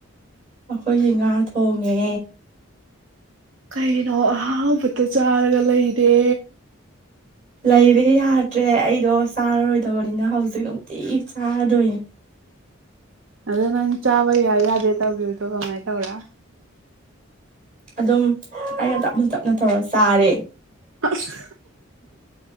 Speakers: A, on the right (about 35°); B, on the right (about 70°).
A: ꯑꯩꯈꯣꯏꯁꯦ ꯉꯥ ꯊꯣꯡꯉꯦ
B: ꯀꯩꯅꯣ ꯑꯍꯕꯇ ꯆꯥꯔꯒ ꯂꯩꯔꯦ
A: ꯂꯩꯔꯦ ꯌꯥꯗ꯭ꯔꯦ ꯑꯩꯗꯣ ꯆꯥꯔꯔꯣꯏꯗꯕꯅꯤꯅ ꯍꯧꯖꯤꯛ ꯅꯨꯡꯇꯤ ꯆꯥꯔꯗꯣꯏꯅꯦ
B: ꯑꯣ ꯅꯪ ꯆꯥꯕ ꯌꯥꯗꯦ ꯇꯧꯕꯗꯣ ꯀꯃꯥꯏꯅ ꯇꯧꯔꯦ
A: ꯑꯗꯨꯝ ꯑꯩꯅ ꯇꯞꯅ ꯇꯞꯅ ꯇꯧꯔ ꯆꯥꯔꯦ
B: ꯑꯁ